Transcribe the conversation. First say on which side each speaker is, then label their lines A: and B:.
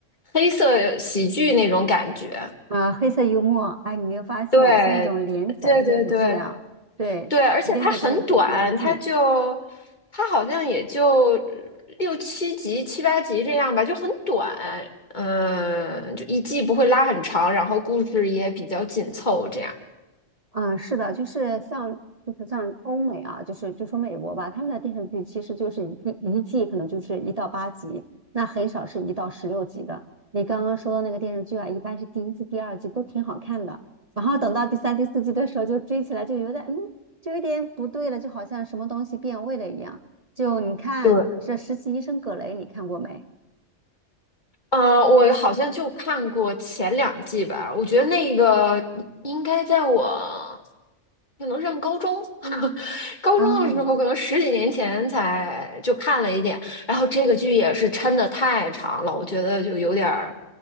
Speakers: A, on the left; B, on the right.
A: 黑色喜剧那种感觉。
B: 啊、黑色幽默，哎，你没有发现像那种连载的电视剧啊？
A: 对，对对对
B: 对，
A: 对，而且它很短，
B: 连载电视剧第一季
A: 它就它好像也就六七集、七八集这样吧，就很短。嗯，就一季不会拉很长，然后故事也比较紧凑，这样。
B: 嗯，是的，就是像就是像欧美啊，就是就说美国吧，他们的电视剧其实就是一一季可能就是一到八集，那很少是一到十六集的。你刚刚说的那个电视剧啊，一般是第一季、第二季都挺好看的，然后等到第三、第四季的时候就追起来就有点嗯，就有点不对了，就好像什么东西变味了一样。就你看这《实习医生葛雷》，
A: 对。
B: 你看过没？
A: 呃，我好像就看过前两季吧，我觉得那个应该在我可能上高中，<laughs> 高中的时候，
B: 啊，
A: 可能十几年前才就看了一点。然后这个剧也是抻的太长了，我觉得就有点儿